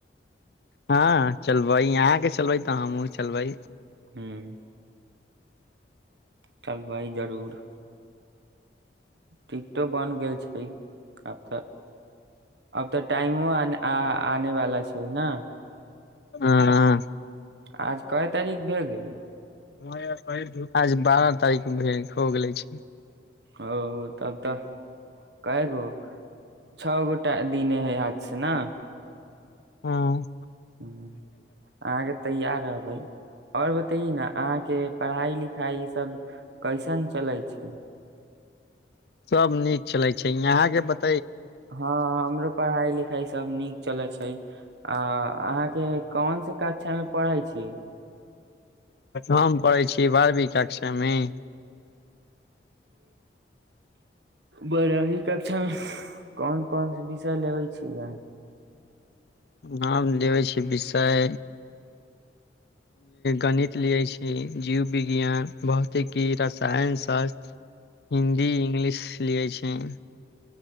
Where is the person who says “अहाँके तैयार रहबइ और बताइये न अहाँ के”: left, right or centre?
Right